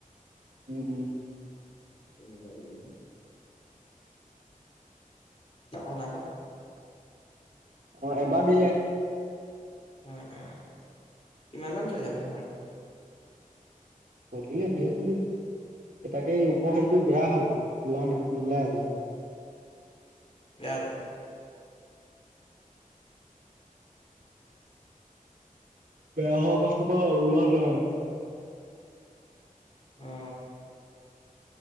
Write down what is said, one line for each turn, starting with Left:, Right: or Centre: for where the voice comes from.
Right: উম হোম।
Left: উম উম উম। <unintelligible>
Right: অ এবাৰ দিলে।
Left: অ, অ, কিমান মান চলে বাৰো সেইখন‌? <inaudible>
Right: অলিলে ধিয়িলে‌ এ তাকে এই উপহাৰটো বেয়া হ'ল ওলোৱা নাই নোলায় আজিকালি মানে।
Left: আৰু
Right: বেয়া হোৱা পাছ পৰা ওলোৱা নাই
Left: অ।